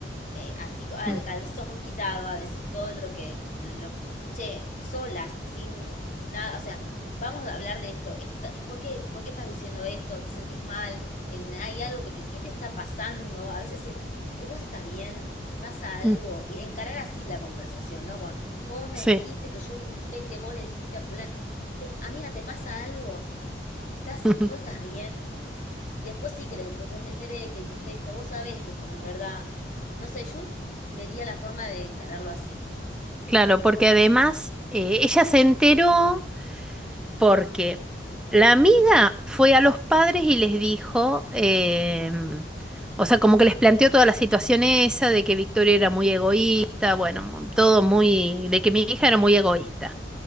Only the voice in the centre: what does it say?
Mm,
mm,
Sí.
<laughs>
Claro, porque además eh, ella se enteró porque la amiga fue a los padres y les dijo, em, o sea, como que les planteó toda la situación esa de que Victoria era muy egoísta, bueno, mu- todo muy, de que mi hija era muy egoísta.